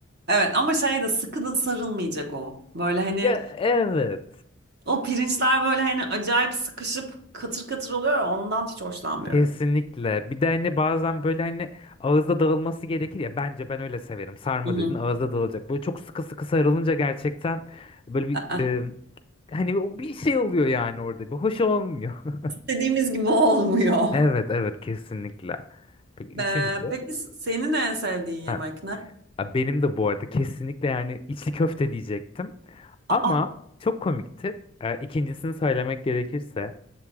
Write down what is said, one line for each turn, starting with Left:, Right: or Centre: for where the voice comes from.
Right: Evet ama şey de sıkı da sarılmayacak o. Böyle hani
Left: Ya evet.
Right: o pirinçler böyle hani acayip sıkışıp katır katır oluyor ya, ondan hiç hoşlanmıyorum.
Left: Kesinlikle. Bir de hani bazen böyle hani ağızda dağılması gerekir ya. Bence ben öyle severim. Sarma
Right: Hı hı.
Left: dedin ağızda dağılacak. Böyle çok sıkı sıkı sarılınca gerçekten böyle bir
Right: Aa,
Left: e, hani o bir şey oluyor yani orada. Bir hoş olmuyor. <laughs>
Right: İstediğimiz gibi olmuyor.
Left: Evet evet kesinlikle. Peki
Right: Be,
Left: üçüncü.
Right: peki senin en sevdiğin
Left: Ha,
Right: yemek ne?
Left: Ya Benim de bu arada kesinlikle yani içli köfte diyecektim.
Right: Aa.
Left: Ama çok komiktir. Ee, İkincisini söylemek gerekirse